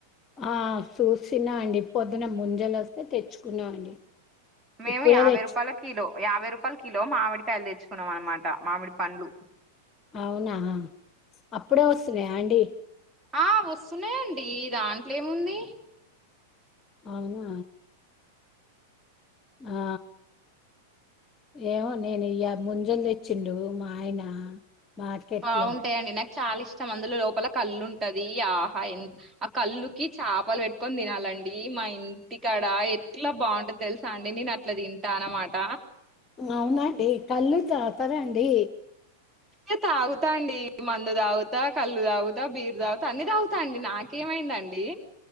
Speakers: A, on the left; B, on the right.
A: ఆ చూసినా అండి పొద్దున ముంజలు వస్తే తెచ్చుకున్నాం అండి
B: మేము
A: ఇప్పుడే
B: యాభై
A: తెచ్చు
B: రూపాయల కిలో యాభై రూపాయల కిలో మామిడి కాయలు తెచ్చు తెచ్చుకున్నాం అనమాట మామిడి పండ్లు
A: అవునా అప్పుడే వస్తున్నా అండి
B: ఆ వస్తున్నాయండి దాంట్లో ఏముంది
A: అవునా ఆ ఏమో నేను ముంజలు తెచ్చిండు మా ఆయన మార్కెట్
B: బాగుంటాయండి
A: లో
B: నెక్స్ట్ చాలా ఇష్టం అందులో లోపల కళ్ళు ఉంటది ఆహా ఎ ఆ కళ్ళుకి చేపలు పెట్టుకొని తినాలి అండి మా ఇంటికాడ ఎట్లా బాగుంటది తెలుసా అండి నేను అట్లా తింటా అనమాట
A: అవునండి కళ్ళు తతారండి
B: ఏ తాగుతా అండి మందు తాగుతా కళ్ళు తాగుతా బీరు తాగుతా అన్ని తాగుతాండి నాకేం ఏమైందండి